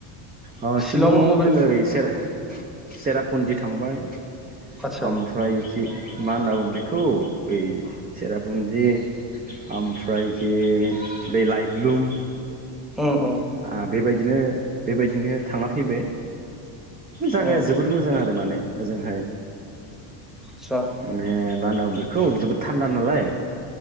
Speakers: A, on the right; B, in the centre.
A: अ
B: शिलं
A: शिलंआव
B: मबे
A: जोङो ओरै सेर-सेरापुन्जि थांबाय
B: आदसा
A: ओमफ्राय इथि मा होनना बु बेखौ ओइ सेरापुन्जि ओमफ्राय खि बे लाइटलुम
B: उम उम
A: आ बेबायदिनो बेबायदिनो थांना फैबाय। जागाया
B: उम
A: जोबोर मोजां आरो माने ओजोंहाय
B: आतसा
A: माने मा होनना बेखौ जोबोद थान्दा नालाय